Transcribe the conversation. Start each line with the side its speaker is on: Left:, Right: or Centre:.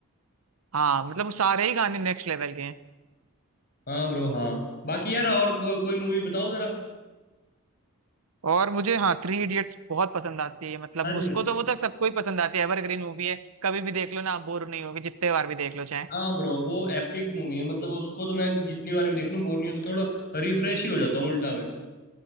Right: हाँ मतलब वो सारे ही गाने नेक्स्ट लेवल के हैं
Left: हाँ ब्रो हाँ बाकी यार और को, कोई मूवी बताओ जरा
Right: और मुझे हाँ थ्री इडियट्स बहुत पसंद आती है मतलब
Left: अरे
Right: उसको तो वो तो सबको ही पसंद आती है एवरग्रीन मूवी है कभी भी देख लो ना आप बोर नहीं होगे जितने बार भी देख लो चाहे
Left: हाँ ब्रो वो एपिक मूवी है मतलब उसको तो मैं जितनी बार भी देख लूँ बोर नहीं होता थोड़ा रिफ्रेश ही हो जाता हूँ उल्टा मैं